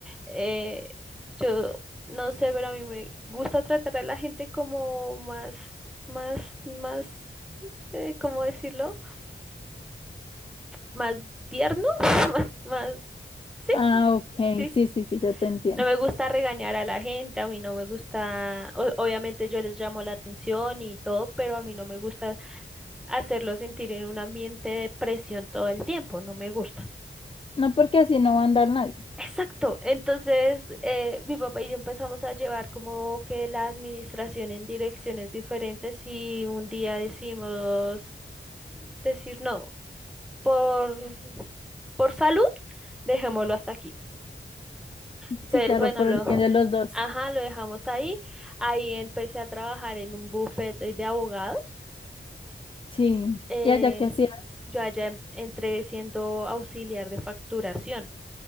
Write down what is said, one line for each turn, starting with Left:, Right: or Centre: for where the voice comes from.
Centre: eh, yo no sé, pero a mí me gusta tratar a la gente como más, más, más, eh, ¿cómo decirlo? Más tierno, <laughs> más, más, sí,
Left: Ah, ok,
Centre: sí.
Left: sí, sí, sí, yo te entiendo.
Centre: No me gusta regañar a la gente, a mí no me gusta, o- obviamente yo les llamo la atención y todo, pero a mí no me gusta hacerlo sentir en un ambiente de presión todo el tiempo, no me gusta.
Left: No porque así no va a andar nadie.
Centre: Exacto, entonces eh, mi papá y yo empezamos a llevar como que la administración en direcciones diferentes y un día decimos, decir no, por, por salud, dejémoslo hasta aquí. Entonces,
Left: Sí, claro,
Centre: bueno,
Left: por
Centre: lo,
Left: el bien de los dos.
Centre: ajá, lo dejamos ahí. Ahí empecé a trabajar en un bufete de abogados.
Left: Sí.
Centre: Eh,
Left: ¿Y allá qué hacía?
Centre: yo allá em- entré siendo auxiliar de facturación.